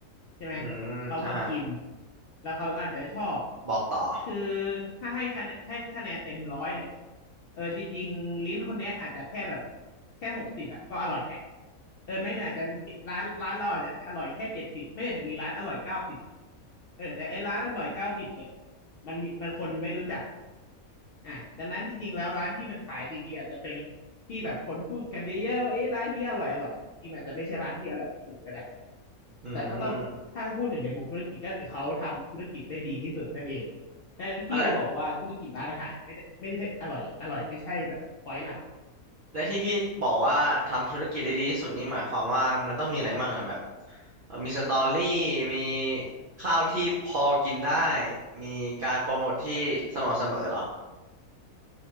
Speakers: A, on the left (about 65°); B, on the right (about 80°).
A: ใช่ไหม
B: อืมอ่าฮะ
A: เขามากินแล้วเขาอาจจะชอบ
B: บอกต่อ
A: คือถ้าให้คะแนนให้คะแนนเต็มร้อยเนี่ยเออจริงๆลิ้นคนเนี้ยอาจจะแค่แบบแค่หกสิบอะก็อร่อยแหละเออไม่งั้นอาจจะมีร้านร้านเราอาจจะอร่อยแค่เจ็ดสิบไม่งั้นอาจจะมีร้านอร่อยเก้าสิบเออแต่ไอ้ร้านอร่อยเก้าสิบเนี่ยมันมีมันคนไม่รู้จักอ่ะดังนั้นจริงๆแล้วร้านที่มันขายดีอาจจะเป็นที่แบบคนพูดกันเยอะๆว่าเอ้ยร้านนี้อร่อยอร่อยจริงๆมันอาจจะไม่ใช่ร้านที่อร่อยที่สุดก็ได้
B: อืม
A: แต่ก็ต้อง ถ้าพูดถึงในมุมธุรกิจก็คือเขาทำธุรกิจได้ดีที่สุดนั่นเองดังนั้นพี่เลยบอกว่าธุรกิจร้านอาหารไม่ได้ไม่ได้ใช่อร่อยอร่อยไม่ใช่แบบพอยต์หลัก
B: อ่ะแล้ว และที่พี่บอกว่าทำธุรกิจได้ดีที่สุดนี่หมายความว่ามันต้องมีอะไรบ้างอะแบบเอ่อมีสตอรี่มีข้าวที่พอกินได้มีการโปรโมทที่สม่ำเสมอเหรอ